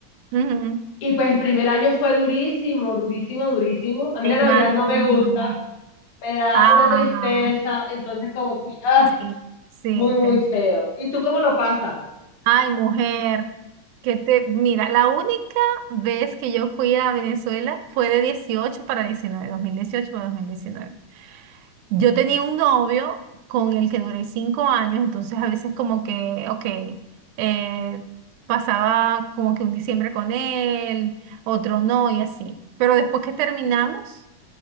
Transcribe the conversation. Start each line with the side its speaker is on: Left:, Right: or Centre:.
Right: ujú,
Left: Y pues el primer año fue durísimo, durísimo, durísimo. A mí
Right: Me
Left: la Navidad
Right: imagino.
Left: no me gusta, me da
Right: Ah,
Left: una tristeza, entonces como que, ah,
Right: sí, sí,
Left: muy, muy
Right: te entiendo.
Left: feo. ¿Y tú cómo lo pasas?
Right: Ay, mujer, que te, mira, la única vez que yo fui a Venezuela fue de 18 para 19, 2018 para dos mil diecinueve Yo tenía un novio con el que duré cinco años, entonces a veces como que, ok, eh, pasaba como que un diciembre con él, otro no y así. Pero después que terminamos,